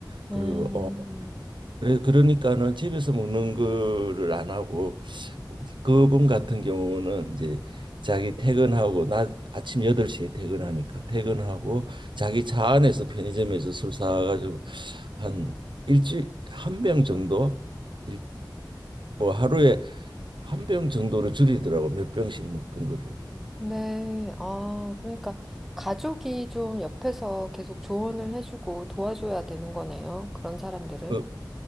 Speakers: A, on the right (about 85°); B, in the centre.
A: 그리고
B: 음.
A: 어, 그래 그러니까는 집에서 먹는 거를 안 하고 그분 같은 경우는 이제 자기 퇴근하고 나 아침 8시에 퇴근하니까 퇴근하고 자기 차 안에서 편의점에서 술 사가지고 한 일주일 한 병 정도 일- 뭐 하루에 한 병 정도로 줄이더라고 몇 병씩 먹던 거를
B: 네, 아, 그러니까 가족이 좀 옆에서 계속 조언을 해주고 도와줘야 되는 거네요. 그런 사람들은.
A: 어,